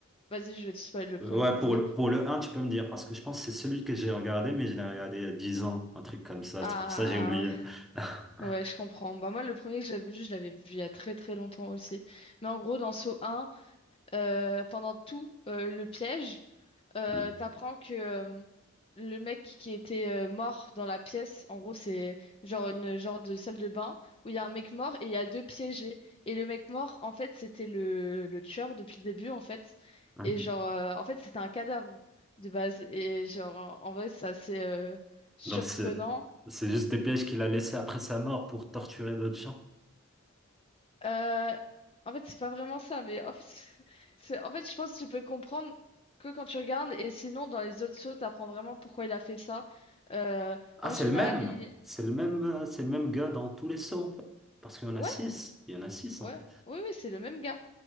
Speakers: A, on the left (about 25°); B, in the centre.
A: vas-y, je vais te spoiler le premier,
B: Euh, Ouais,
A: désolé.
B: pour, le- pour le un tu peux me dire, parce que je pense que c'est celui que j'ai regardé, mais je l'ai regardé il y a 10 ans, un truc comme ça. C'est
A: Ah
B: pour ça que j'ai oublié. <laughs>
A: ouais, ouais, je comprends. Bah moi, le premier que j'avais vu, je l'avais vu il y a très très longtemps aussi. Mais en gros, dans Saw un euh, pendant tout euh, le piège. euh,
B: Hmm.
A: t'apprends que euh, le mec qui était euh, mort dans la pièce, en gros, c'est genre une genre de salle de bain où il y a un mec mort et il y a deux piégés. Et le mec mort, en fait, c'était le, le tueur depuis le début, en fait.
B: Hein
A: Et genre, euh, en fait, c'était un cadavre de base. Et genre, en en vrai, c'est assez euh, surprenant.
B: Donc c'est c'est juste des pièges qu'il a laissés après sa mort pour torturer d'autres gens.
A: Euh, en fait, c'est pas vraiment ça, mais en fait, <laughs> c'est, en fait, je pense que tu peux comprendre que quand tu regardes, et sinon, dans les autres shows, t'apprends vraiment pourquoi il a fait ça. Euh,
B: Ah,
A: en
B: c'est
A: général,
B: le même.
A: il...
B: C'est le même, euh, c'est le même gars dans tous les sauts, en fait. Parce qu'il y en
A: Ouais,
B: a six Il y en a six
A: ouais,
B: en fait.
A: oui, oui, c'est le même gars.